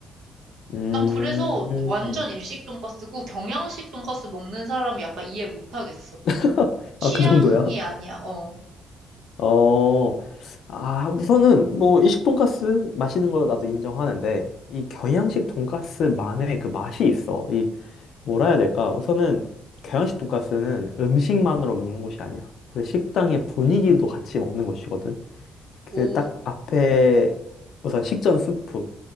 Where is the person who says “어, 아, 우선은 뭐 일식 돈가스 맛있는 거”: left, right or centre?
Left